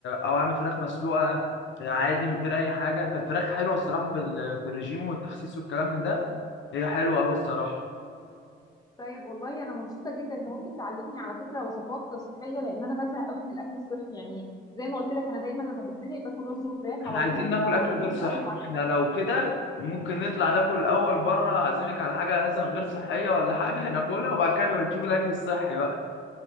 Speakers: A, on the left; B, on the left.
A: او اعمل فراخ مسلوقه عادي من غير اي حاجه فالفراخ حلوه الصراحه في ال- في الرجيم والتخسيس والكلام من ده هي حلوه قوي الصراحه
B: طيب والله انا مبسوطه جدا انت ممكن تعلمني على فكره وصفات صحيه لان انا بزهق قوي من الاكل الصحي يعني زي ما قلت لك انا دايما لما بتزنق باكل رز وفراخ
A: احنا
B: على
A: عايزين
B: طول
A: ناكل
B: فهنبسط
A: اكل غير صحي
B: قوي
A: فاحنا لو كده ممكن نطلع ناكل الاول بره اعزمك على حاجه مثلا غير صحيه ولا حاجه ناكلها وبعد كده نبقى نشوف الاكل الصحي بقى.